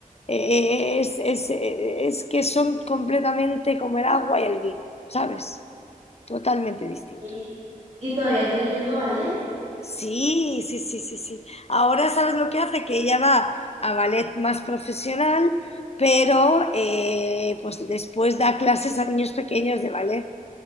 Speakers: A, on the left; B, on the right.
A: Eh, eh, eh, es, es- eh, es que son completamente como el agua y el vino, ¿sabes? Totalmente distintos.
B: y, y todavía sigue yendo a ballet.
A: Sí, sí, sí, sí, sí. Ahora sabes lo que hace, que ella va a ballet más profesional, pero eh, pues después da clases a niños pequeños de ballet.